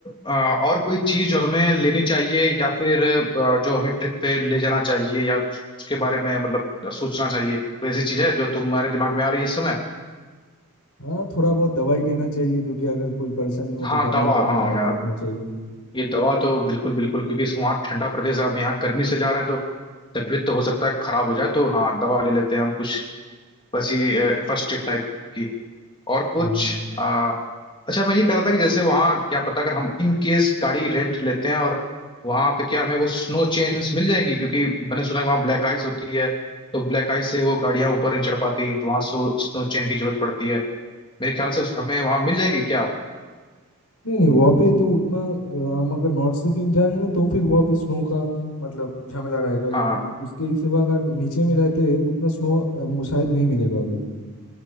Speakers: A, on the left; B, on the left.
A: अ, और कोई चीज जो हमें लेनी चाहिए या फिर अ, जो हमें ट्रिप पे ले जाना चाहिए या उस- उसके बारे में मतलब सोचना चाहिए कोई ऐसी चीज है जो तुम्हारे दिमाग में आ रही है इस समय
B: हाँ थोड़ा बहुत दवाई लेना चाहिए क्योंकि अगर कोई परेशानी हो
A: हाँ
B: तो दवाई
A: दवा
B: थोड़ा
A: हाँ
B: बहुत
A: यार
B: रखना चाहिए
A: ये दवा तो बिल्कुल बिल्कुल क्योंकि इस- वहाँ ठंडा प्रदेश है, अब यहाँ गर्मी से जा रहे हैं तो तबीयत तो हो सकता है खराब हो जाए तो हाँ दवा ले लेते हैं हम कुछ बस ये फर्स्ट एड टाइप की और कुछ
B: हाँ
A: आ, अच्छा मैं ये कह रहा था कि जैसे वहाँ क्या पता अगर हम इन केस गाड़ी रेंट लेते हैं और वहाँ पे क्या हमें वो स्नो चेन्स मिल जाएंगी क्योंकि मैंने सुना है कि वहाँ ब्लैक आइस होती है तो ब्लैक आइस से वो गाड़ियाँ ऊपर नहीं चढ़ पाती हैं, तो वहाँ सो स्नो चेन की जरूरत पड़ती है मेरे ख्याल से उसका हमें वहाँ मिल जाएगी क्या
B: नहीं नहीं वहाँ पे तो उतना अ, हम अगर नॉर्थ सिक्किम जाएंगे तो फिर वहाँ पे स्नो का मतलब झमेला रहेगा इत-
A: हाँ हाँ
B: उसके ही सिवा अगर नीचे में रहते हैं, उतना स्नो शायद नहीं मिलेगा अभी